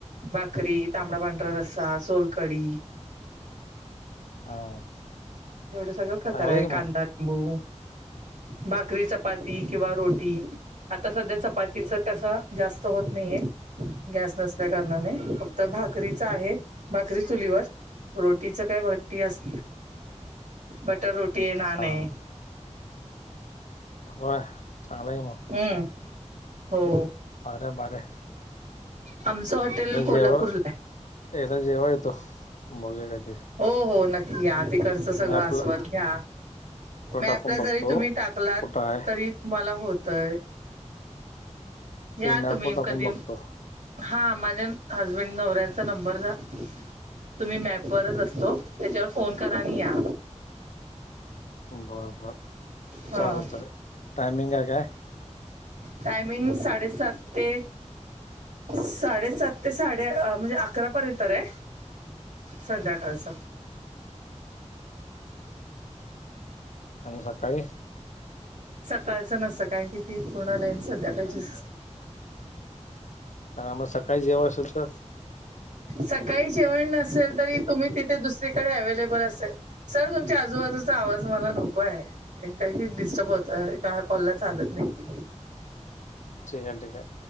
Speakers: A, on the right; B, on the left.
A: भाकरी, तांबडा पांढरा रस्सा, सोलकढी.
B: हा.
A: एवढं सगळं प्रकारय.
B: चांगलं आहे की
A: कांदा-
B: मग
A: लिंबू. भाकरी - चपाती किंवा रोटी. आता सध्या, चपातीच तसा जास्त होत नाहीये. गॅस नसल्या कारणाने. फक्त भाकरीच आहे. भाकरी चुलीवर. रोटीच काय भट्टी अस बटर रोटीय. नानय.
B: हा हा होय, चांगलंय की मग.
A: हम्म हो.
B: बरंय, बरंय. <unintelligible>
A: आमचं हॉटेल कोल्हापूरला आहे
B: एकदा जेवाय येतो. बघुया कधी.
A: हो हो नक्की या तिकडचं सगळं
B: मॅपला
A: आस्वाद घ्या मॅपला
B: टाकून बघतो
A: जरी तुम्ही टाकलात
B: कुठं आहे
A: तरी तुम्हाला होतय या
B: ते मॅपवर
A: तुम्ही
B: टाकून
A: कधी
B: बघतो
A: हा माझ्या हजबंड नवऱ्याचा नंबर जा तुम्ही मॅपवरच असतो त्याच्यावर फोन करा आणि या
B: बरं बरं
A: हा
B: चालेल चालेल टायमिंग आहे काय?
A: टायमिंग साडेसात ते साडेसात ते साडे म्हणजे अकरा पर्यंत रे संध्याकालच.
B: आणि सकाळी?
A: सकाळचं नसतं कारण की ती पूर्ण लईन संध्याकाळचीच
B: कारण आम्हा सकाळी जेव्हा असल तर?
A: सकाळी जेवण नसेल तरी तुम्ही तिथे दुसरीकडे अव्लेबल असेल सर तुमच्या आजूबाजूचा आवाज मला नको आहे. काही डिस्टर्ब होतं का कॉलला चालत नाही.
B: ठीके ठीके